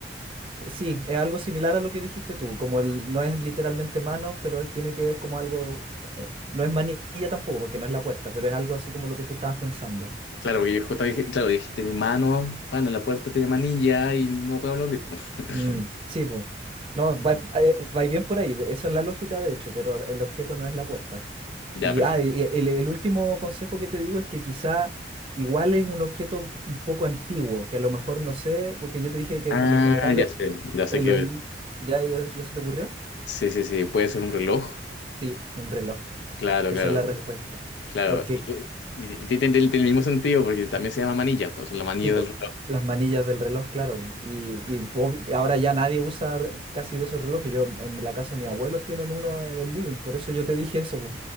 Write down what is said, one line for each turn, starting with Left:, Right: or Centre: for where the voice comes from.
Right: eh, sí, es algo similar a lo que dijiste tú, como el, no es literalmente manos, pero es- tiene que ver como algo, eh, eh, no es manilla tampoco, porque no es la puerta, pero es algo así como lo que tú estabas pensando.
Left: claro, porque yo justo dije, claro, dije, tiene manos, bueno, la puerta tiene manilla y no puedo hablar de... <laughs>
Right: Mm, sí, pues. No, va, eh, va bien por ahí, de- esa es la lógica de hecho, pero el objeto no es la puerta.
Left: Ya,
Right: Y
Left: perfecto.
Right: ah, y el, el último consejo que te digo es que quizá igual es un objeto un poco antiguo, que a lo mejor no sé, porque yo te dije que
Left: Ah,
Right: por lo general
Left: ya
Right: eh,
Left: sé, ya sé
Right: en
Left: que...
Right: los... li- ¿Ya, ya, ya se te ocurrió?
Left: Sí, sí, sí, puede ser un reloj.
Right: Sí, un reloj.
Left: Claro,
Right: Esa
Left: claro,
Right: es la respuesta.
Left: claro.
Right: Porque,
Left: Y, yo- y tiene, tiene- tiene el mismo sentido, porque también se llama manilla, pues la manilla
Right: tipo,
Left: del reloj.
Right: las manillas del reloj, claro. po, Y, y obvi- ahora ya nadie usa re- casi de esos relojes. Yo en la casa de mis abuelos tienen uno en el living, por eso yo te dije eso. po.